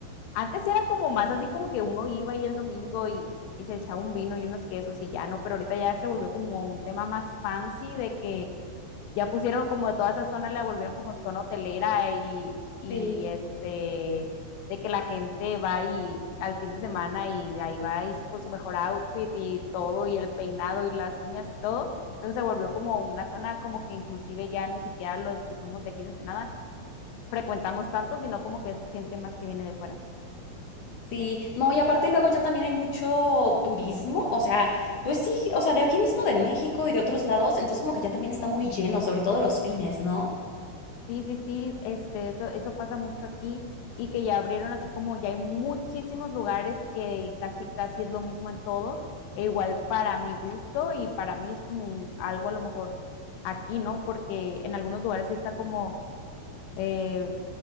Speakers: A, on the left; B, on the left.
A: antes era como más así como que uno iba ahí el domingo y, y se echaba un vino y unos quesos y ya no, pero ahorita ya se volvió como un tema más fancy de que ya pusieron como de toda esa zona, la volvieron como zona hotelera y, y
B: sí,
A: este, de que la gente va y al fin de semana y ahí va y con su mejor outfit y todo y el peinado y las uñas y todo. Entonces se volvió como una zona como que inclusive ya ni siquiera los que somos de aquí de Ensenada frecuentamos tanto, sino como que es gente más que viene de fuera.
B: sí. No, y aparte luego ya también hay mucho turismo, o sea, pues sí, o sea, de aquí mismo de México y de otros lados, entonces como que ya también está muy lleno, sobre todo los fines, ¿no?
A: Sí, sí, sí, este, eso, eso pasa mucho aquí y que ya abrieron así como ya hay muchísimos lugares que casi, casi es lo mismo en todos, e igual para mi gusto y para mí es como algo a lo mejor aquí, ¿no? Porque en algunos lugares sí está como eh,